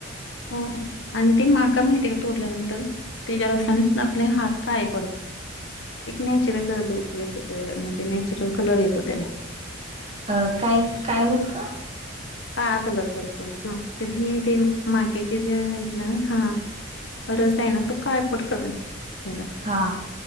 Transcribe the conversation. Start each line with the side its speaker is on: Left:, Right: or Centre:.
Left: हो हो आणि ते माका माहिती आहे का तोडल्यानंतर त्याच्या रसानेच म आपले हात काळे पडतात. एक नॅचरल लुक येतो, ते म्हणजे नॅचरल कलर येतो त्याला.
Right: अ काय? काय होतं?
Left: काळा कलर चढतो, <unintelligible> ते माक्याचे जे आहेत ना, हा रस आहे ना, तो काळपट करण हे बघ.
Right: हा.